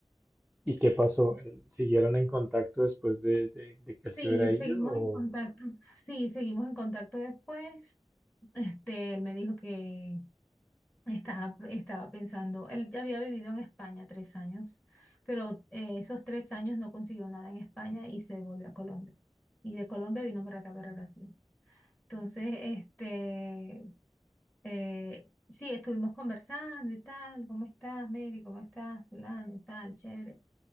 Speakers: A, in the centre; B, on the left.
A: ¿Y qué pasó? ¿Eh, ¿Siguieron en contacto después de, de- de que él
B: Sí,
A: se hubiera ido?
B: seguimos
A: O,
B: en contacto. Sí, seguimos en contacto después. Este, él me dijo que Estaba, estaba pensando, él ya había vivido en España tres años, pero eh, esos tres años no consiguió nada en España y se volvió a Colombia. Y de Colombia vino para acá, para Brasil. Entonces, este, eh, sí, estuvimos conversando y tal, ¿cómo estás, Mary? ¿Cómo estás, fulano y tal? Chévere.